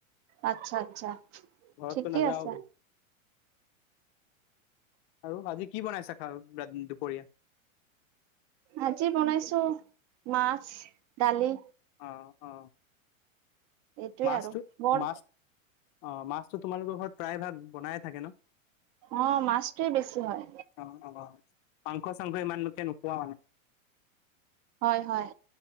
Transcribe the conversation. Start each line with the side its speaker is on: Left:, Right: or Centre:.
Right: আচ্ছা আচ্ছা,
Left: ঘৰততো
Right: ঠিকেই
Left: নাযাও
Right: আছে।
Left: আৰু আজি কি বনাইছা খা দুপৰীয়া?
Right: আজি বনাইছোঁ মাছ, দালি।
Left: অহ', অ'
Right: এইটোৱে
Left: মাছটো
Right: আৰু বৰ
Left: মাছ অহ, মাছটো তোমালোকৰ ঘৰত প্ৰায় ভাগ বনায়ে থাকে ন'?
Right: অ মাছটোৱে বেছি হয়
Left: অ', অ'। মাংস-চাংখ ইমান লোকে নোখোৱাও মানে
Right: হয়, হয়।